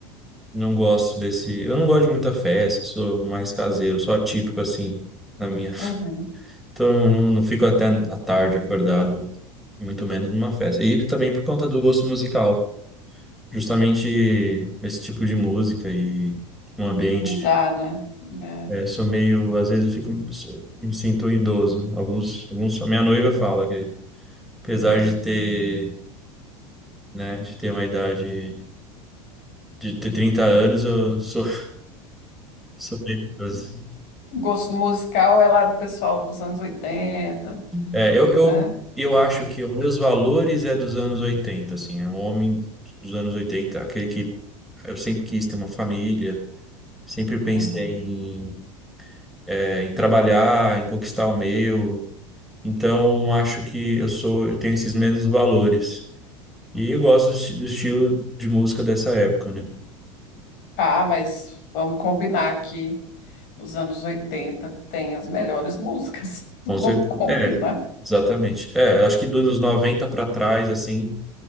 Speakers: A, in the centre; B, on the left (about 55°).
A: não gosto desse. Eu não gosto de muita festa, sou mais caseiro, sou atípico assim na minha. <laughs>
B: uhum.
A: Então não, não, fico até a tarde acordado, muito menos numa festa. E também por conta do gosto musical, justamente esse tipo de música e um ambiente.
B: Não dá, né? É.
A: É, sou meio, às vezes eu fico, me sinto um idoso. Alguns, alguns, a minha noiva fala que, apesar de ter, né, de ter uma idade, de ter 30 anos, eu sou, <laughs> sou meio idoso.
B: O gosto musical é lá do pessoal dos anos oitenta
A: É, eu, eu,
B: né?
A: eu acho que os meus valores é dos anos 80 assim, é um homem dos anos 80 aquele que eu sempre quis ter uma família, sempre pensei
B: Uhum.
A: em, é, em trabalhar, em conquistar o meu. Então, acho que eu sou, eu tenho esses mesmos valores. E eu gosto do, esti- do estilo de música dessa época, né?
B: Ah, mas vamos combinar aqui. Os anos 80 tem as melhores músicas.
A: Com
B: <laughs>
A: certeza.
B: Vamos combinar.
A: É, exatamente. É, eu acho que dos noventa 90 pra trás, assim,